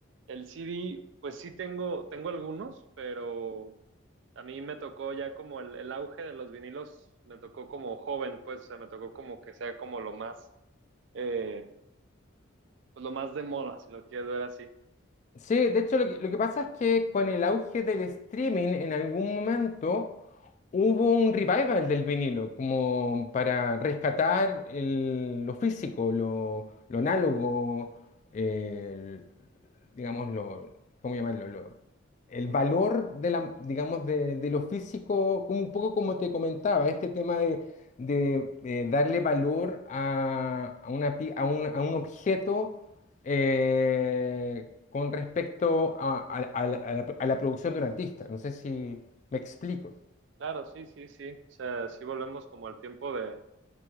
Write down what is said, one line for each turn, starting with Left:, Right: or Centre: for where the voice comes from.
Right: el CD, pues sí tengo, tengo algunos, pero a mí me tocó ya como el, el auge de los vinilos, me tocó como joven, pues, o sea, me tocó como que sea como lo más, eh, pues lo más de moda, si lo quieres ver así.
Left: Sí, de hecho lo que, lo que pasa es que con el auge del streaming en algún momento hubo un revival del vinilo, como para rescatar el- lo físico, lo, lo análogo, el- digamos, lo, ¿cómo llamarlo? Lo- el valor de la, digamos, de, de lo físico, como un poco como te comentaba, este tema de, de, eh, darle valor a, a una, pi- a un, a un objeto eh, con respecto a, a- a la, a la- a la producción de un artista. No sé si me explico.
Right: Claro, sí, sí, sí, o sea, sí volvemos como al tiempo de,